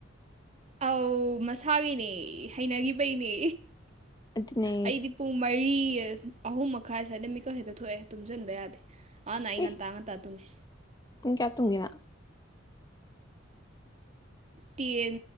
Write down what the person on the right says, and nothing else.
ꯑꯧ ꯃꯁꯥꯒꯤꯅꯦ ꯍꯩꯅꯈꯤꯕꯩꯅꯦ
ꯑꯩꯗꯤ ꯄꯨꯡ ꯃꯔꯤ ꯑꯍꯨꯝ ꯃꯈꯥꯏ ꯁ꯭ꯋꯥꯏꯗ ꯃꯤꯀꯛ ꯍꯦꯛꯇ ꯊꯣꯛꯑꯦ ꯇꯨꯝꯁꯤꯟꯕ ꯌꯥꯗꯦ ꯑꯅ
ꯏꯉꯟ ꯇꯥꯉꯟ ꯇ ꯑꯗꯨꯨꯃꯤ
ꯇꯦꯟ